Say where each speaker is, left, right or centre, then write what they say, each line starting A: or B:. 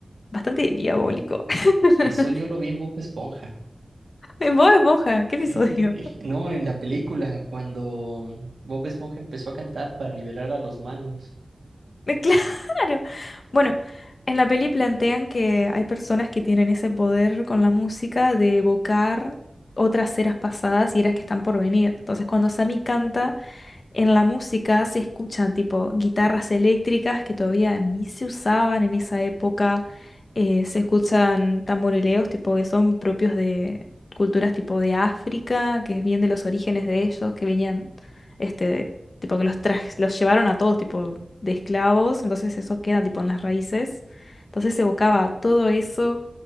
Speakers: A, on the left (about 60°); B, on the right (about 85°).
A: bastante diabólico. <laughs>
B: Eso yo lo vi en Bob Esponja.
A: En Bob Esponja,
B: Sí,
A: ¿qué episodio?
B: <laughs> no, en la película, cuando Bob Esponja empezó a cantar para liberar a los malos.
A: <laughs> Claro. Bueno, en la peli plantean que hay personas que tienen ese poder con la música de evocar otras eras pasadas y eras que están por venir. Entonces, cuando Sammy canta... En la música se escuchan tipo guitarras eléctricas que todavía ni se usaban en esa época. eh, se escuchan tamborileos tipo que son propios de culturas tipo de África, que es bien de los orígenes de ellos, que venían, este, tipo que los trajes, los llevaron a todos tipo de esclavos, entonces eso queda tipo en las raíces. Entonces se evocaba todo eso